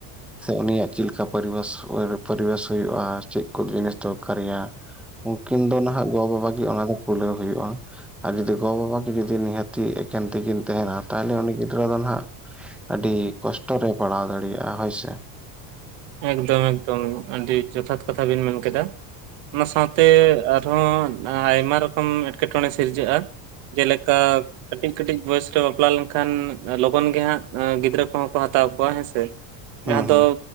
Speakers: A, in the centre; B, on the right.
A: ᱥᱮ ᱩᱱᱤᱭᱟᱜ ᱪᱤᱜ ᱠᱟ ᱯᱚᱨᱤᱵᱟᱥ ᱯᱚᱨᱤᱵᱮᱥ ᱦᱩᱭᱩᱜᱼᱟ, ᱪᱮᱫ ᱠᱚ ᱡᱤᱱᱤᱥ ᱫᱚᱨ ᱠᱟᱨᱟᱭᱟ ᱩᱱᱠᱤᱱ ᱫᱚ ᱱᱟᱦᱟᱸᱜ ᱜᱚᱼᱵᱟᱵᱟ ᱜᱤ ᱚᱱᱟ ᱫᱚ ᱠᱩᱞᱟᱹᱣ ᱦᱩᱭᱩᱜᱼᱟ᱾ ᱟᱨ ᱡᱩᱫᱤ ᱜᱚᱼᱵᱟ ᱠᱤ ᱡᱩᱫᱤ ᱱᱤᱦᱟᱹᱛᱤ ᱮᱠᱮᱱ ᱛᱤ ᱠᱤᱱ ᱛᱟᱦᱮᱱᱟ ᱛᱟᱦᱚᱞᱮ ᱩᱱᱤ ᱜᱤᱫᱽᱨᱟᱹ ᱫᱚ ᱱᱟᱦᱟᱸᱜ ᱟᱹᱰᱤ ᱠᱚᱥᱴᱚ ᱨᱮᱭ ᱯᱟᱲᱦᱟᱣ ᱫᱟᱲᱮᱭᱟᱜᱼᱟ ᱦᱳᱭ ᱥᱮ᱾
B: ᱮᱠᱫᱚᱢ ᱮᱠᱫᱚᱢ ᱟᱹᱰᱤ ᱡᱚᱛᱷᱟᱛ ᱠᱟᱛᱷᱟ ᱵᱤᱱ ᱢᱮᱱ ᱠᱮᱫᱟ᱾ ᱚᱱᱟ ᱥᱟᱶᱛᱮ ᱟᱨᱦᱚᱸ ᱮᱸ ᱟᱭᱢᱟ ᱨᱚᱠᱚᱢ ᱮᱸᱴᱠᱮᱴᱚᱬᱮ ᱥᱤᱨᱡᱟᱹᱜᱼᱟ᱾ ᱡᱮᱞᱮᱠᱟ ᱠᱟᱹᱴᱤᱡ ᱠᱟᱹᱴᱤᱡ ᱵᱚᱭᱮᱥ ᱨᱮ ᱵᱟᱯᱞᱟ ᱞᱮᱱᱠᱷᱟᱱ ᱞᱚᱜᱚᱱ ᱜᱮ ᱦᱟᱸᱜ ᱜᱤᱫᱽᱨᱟᱹ ᱠᱚᱦᱚᱸ ᱠᱚ ᱦᱟᱛᱟᱣ ᱠᱚᱣᱟ ᱦᱮᱸ ᱥᱮ?
A: ᱦᱩᱸ
B: ᱡᱟᱦᱟᱸ
A: ᱦᱩᱸ
B: ᱫᱚ